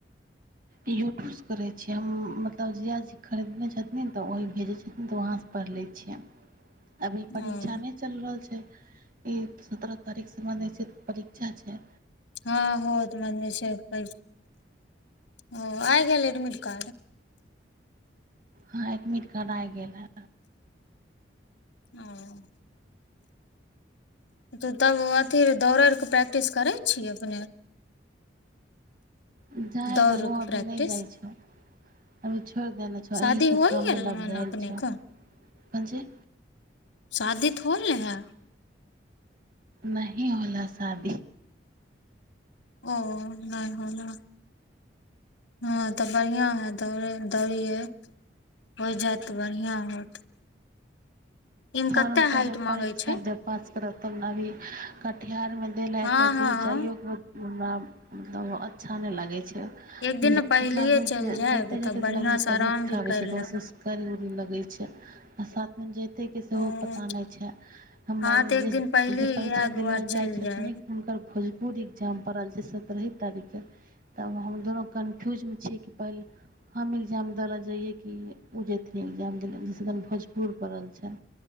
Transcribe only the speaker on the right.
यूट्यूबसँ करै छियै हम मतलब जिया जी खरीदने छथिन तऽ वही भेजै छथिन तऽ वहाँसँ पढ़ि लै छियै। अभी परीक्षा
नहि चल रहल छैय। ई सत्रह तारिख स छैय परीक्षा छैय।
हँ एडमिट कार्ड आ गेल है।
जाइ
रहौ
अभी
नहि जाइ छौ अभी छोड़ि देने छौ
एहीसभ
काममे
लभ
जाायल
छौ कौन चि?
नही होला शादी।
फॉर्म
पहिले
परीक्षा
देब पास करत तब ने अभी कटिहारमे देल ह
एतेक
दूर जाइयओके हमरा मतलब अच्छा नय लागै छैय।
इतना दूर
जाइते
जाइते
लगै
तबियत
खराब
होइ बस उस
महसूस करय उरय लगै छैय। आ साथ में जीतय के सेहो
पता नहि छैय हमर
जे
जे परीक्षा
देल ल जाय
छथिन
हुनकर भोजपुर एग्जाम पड़ल ज सतरही तारीखके तब हम दुनू कन्फ्यूजमे छियै कि पहिले हम एग्जाम दै लऽ जइए कि ओ जथिन एग्जाम दै ल जैसद भोजपुर पड़ल छनि।